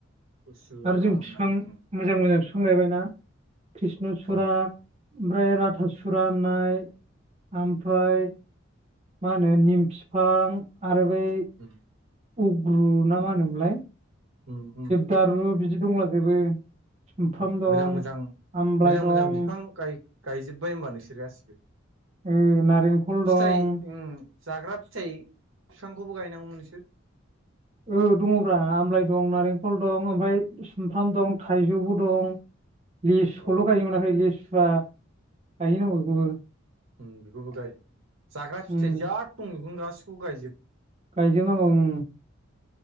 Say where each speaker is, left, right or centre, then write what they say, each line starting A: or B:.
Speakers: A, on the right (about 85°); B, on the right (about 35°).
A: गुसु
B: आर
A: आरामनो
B: जों फिफां मोजां मोजां फिफां गायबायना। कृष्ण सुरा,
A: औ
B: ओमफ्राय राथासुरा होननाय आमफ्राय मा होनो निम फिफां आरो बै
A: उम।
B: उग्रु ना मा होनोमोनलाय?
A: उ
B: दारु बिदि दंलाजोबो। सुमफ्राम
A: उम
B: दं
A: मोजां मोजां
B: आमलाइ
A: मोजां
B: दं
A: मोजां बिफां गाय गायजोब्बाय होमबा नोंसोर गासिबो?
B: उ नारेंखल
A: फिथाइ
B: दं
A: उम जाग्रा फिथाइ फिफांखौबो गायनांगौमोन नोंसोर।
B: औ दङब्रा आमलाइ दं नारेंखल दं ओमफाय सुमफ्राम दं। थाइजौबो दं लिसुखौल'
A: औ
B: गायनो मोनाखै लिसुआ गायहैनांगौ बेखौबो।
A: उम बेखौबो गाय जाग्रा फिथाइ
B: उम
A: जाद दं बेखौनो गासिखौबो गायजोब।
B: गायजोब नांगौ उम